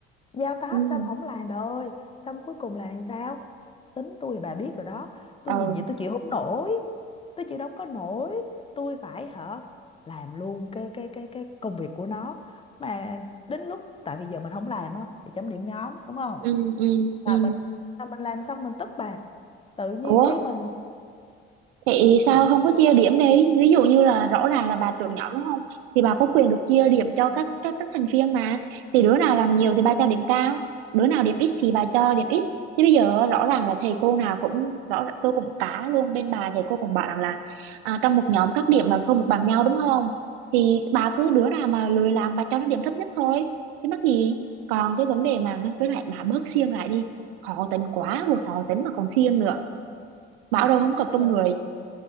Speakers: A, on the left (about 15°); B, on the right (about 65°).
A: giao task
B: ừ
A: xong không làm bà ơi xong cuối cùng là làm sao tính tôi bà biết rồi đó tôi
B: ừ
A: nhìn vậy tôi chịu không nổi tôi chịu đâu có nổi tôi phải hả làm luôn cái cái cái cái công việc của nó mà đến lúc tại vì giờ mình không làm á thì chấm điểm nhóm đúng không
B: ừ ừ
A: mà
B: ừ
A: mình mà mình làm xong mình tức bà tự nhiên
B: ủa
A: cái mình
B: Vậy sao
A: thì
B: không có chia điểm đi? Ví dụ như là rõ ràng là bà trưởng nhóm đúng không? Thì bà có quyền được chia điểm cho các các các thành viên mà. Thì đứa nào làm nhiều thì bà cho điểm cao, đứa nào điểm ít thì bà cho điểm ít. Chứ bây giờ rõ ràng là thầy cô nào cũng rõ ràng- tôi cũng cá luôn bên bà thầy cô cũng bảo rằng là à, trong một nhóm các điểm là không được bằng nhau đúng không? Thì bà cứ đứa nào mà lười làm bà cho nó điểm thấp nhất thôi. Chứ mắc gì? Còn cái vấn đề mà nó với lại bà bớt siêng lại đi. Khó tính quá, vừa khó tính mà còn siêng nữa. Bảo
A: ừ.
B: đâu không cọc
A: nhưng
B: trong
A: mà
B: người.